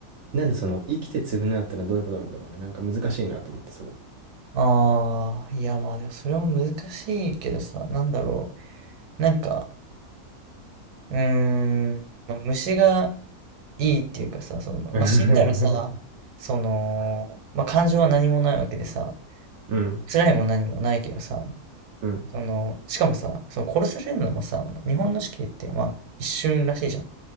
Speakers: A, on the right; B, on the right.
A: なんでその生きて償うってのはどういうことなんだろうね。なんか難しいなと思ってすごい。
B: ああいやまあでもそれも難しいけどさなんだろうなんかうーんまあ虫がいいっていうかさそのまあ死んだらさそのまあ感情は何もないわけでさ
A: <laughs> うん、
B: 辛いも何もないけどさ
A: うん、
B: そのしかもさそう殺されるのもさ日本の死刑ってまあ一瞬らしいじゃん。